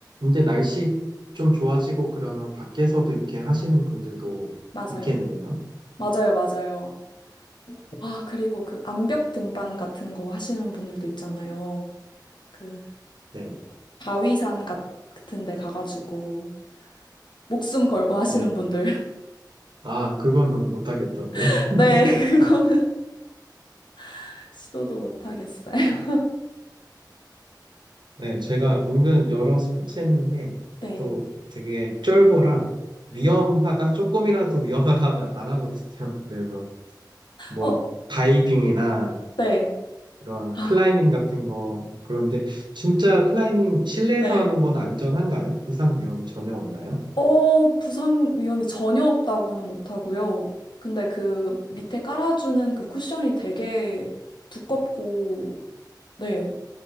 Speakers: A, on the right; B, on the left.
A: 이제 날씨 좀 좋아지고 그러면 밖에서도 이렇게 하시는 분들도
B: 맞아요.
A: 있겠네요.
B: 맞아요, 맞아요. 아, 그리고 그 암벽 등반 같은 거 하시는 분들도 있잖아요. 그
A: 네,
B: 바위산 같- 같은 데 가가지고 목숨 걸고 하시는
A: 네, 네.
B: 분들.
A: 아, 그거는 못하겠던데.
B: <laughs>
A: <laughs>
B: 네, 그거는 <laughs> 시도도 못 하겠어요.
A: 네, 제가 은근 여러 스포츠 했는데
B: 네.
A: 또 되게 쫄보라 위험하다, 조금이라도 위험하다 하면 안 하거든요. 그래서 뭐
B: 어,
A: 다이빙이나
B: 네.
A: 이런
B: 아,
A: 클라이밍 같은 거. 그런데 진짜 클라이밍 실내에서
B: 네.
A: 하는 건 안전한가요? 부상 위험이 전혀 없나요?
B: 어, 부상 위험이 전혀 없다고는 못하고요. 근데 그 밑에 깔아주는 그 쿠션이 되게 두껍고, 네,